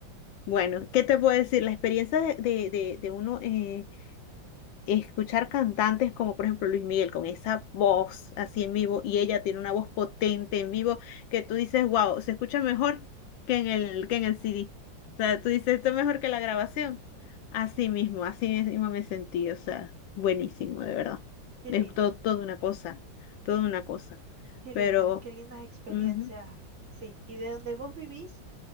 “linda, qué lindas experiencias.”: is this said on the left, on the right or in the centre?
Right